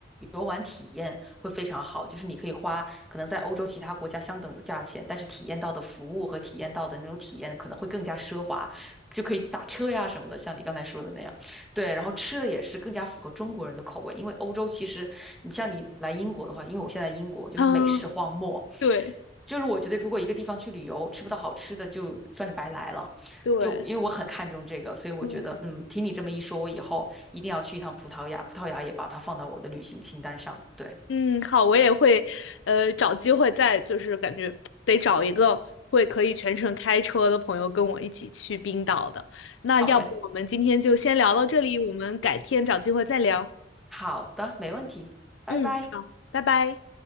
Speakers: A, in the centre; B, on the left (about 85°).
A: 游玩体验会非常好，就是你可以花可能在欧洲其他国家相等的价钱，但是体验到的服务和体验到的那种体验可能会更加奢华，就可以打车呀什么的，像你刚才说的那样。对，然后吃的也是更加符合中国人的口味，因为欧洲其实你像你来英国的话，因为我现在英国就是美食荒漠，
B: 啊，对
A: 就是我觉得如果一个地方去旅游吃不到好吃的，就算是白来了。
B: 对，
A: 就因为我很看重这个，所以我觉得，
B: 嗯
A: 嗯，听你这么一说，我以后一定要去一趟葡萄牙，葡萄牙也把它放到我的旅行清单上了。对，
B: 嗯，好，我也会，呃，找机会再就是感觉得找一个会可以全程开车的朋友跟我一起去冰岛的。那要不我们今天就先聊到这里，
A: 好嘞，
B: 我们改天找机会再聊。
A: 好的，没问题，拜拜。
B: 嗯，好，拜拜。